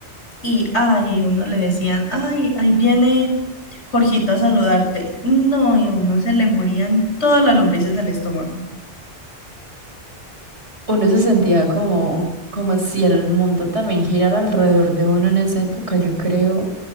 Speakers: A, on the left; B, on the right.
A: y ay, uno le decían, ay, ahí viene Jorgito a saludarte. No, y a uno se le morían todas las lombrices del estómago.
B: uno se sentía como, como si el mundo también girara alrededor de uno en esa época, yo creo,